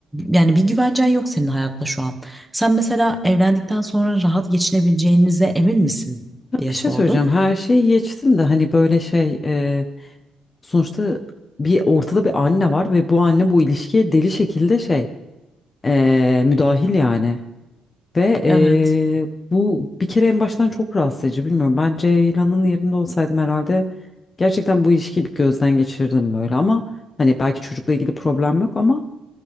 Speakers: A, in the centre; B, on the left.
A: yani bir güvencen yok senin hayatta şu an. Sen mesela evlendikten sonra rahat geçinebileceğinize emin misin
B: Ya
A: diye
B: Bir şey
A: sordum.
B: söyleyeceğim. Her şeyi geçtim de hani böyle şey e, sonuçta bir ortada bir anne var ve bu anne bu ilişkiye deli şekilde şey e, müdahil yani. Ve eee,
A: Evet.
B: bu bir kere en baştan çok rahatsız edici bilmiyorum. Ben Ceylan'ın yerinde olsaydım herhalde gerçekten bu ilişkiyi bir gözden geçirirdim böyle. Ama hani belki çocukla ilgili problem yok ama